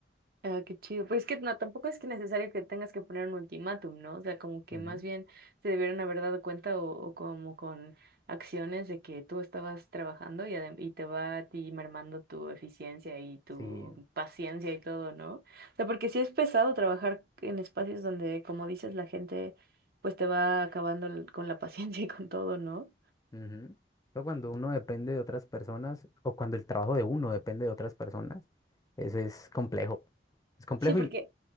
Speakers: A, on the right; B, on the left.
A: Ah, qué chido. Pues es que no, tampoco es que necesario que tengas que poner un ultimátum, ¿no? O sea, como que
B: Ujú,
A: más bien se debieron haber dado cuenta o, o como con acciones de que tú estabas trabajando y, adem- y te va a ti mermando tu eficiencia y tu
B: Sí,
A: paciencia y todo, ¿no? O sea, porque sí es pesado trabajar en espacios donde, como dices, la gente pues te va acabando el- con la <laughs> paciencia y con todo, ¿no?
B: Ujú. Pero cuando uno depende de otras personas o cuando el trabajo de uno depende de otras personas, eso es complejo. Es complejo
A: Sí, porque
B: y...